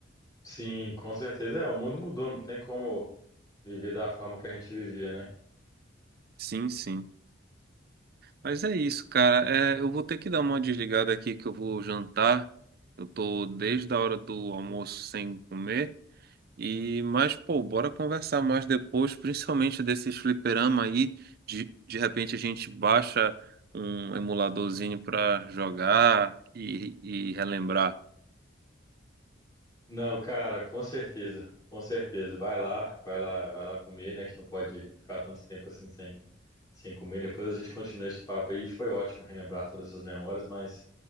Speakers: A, on the left; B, on the right.
A: Sim, com certeza. É, o mundo mudou, não tem como viver da forma que a gente vivia, né?
B: Sim, sim. Mas é isso, cara. É, eu vou ter que dar uma desligada aqui que eu vou jantar. Eu tô desde a hora do almoço sem comer. E, mas, pô, bora conversar mais depois, principalmente desses fliperama aí. De, de repente a gente baixa um emuladorzinho pra jogar e, e relembrar.
A: Não, cara, com certeza, com certeza. Vai lá, vai lá, vai lá comer, né? Que não pode ficar tanto tempo assim sem, sem comer. Depois a gente continua esse papo aí. Foi ótimo relembrar todas essas memórias, mas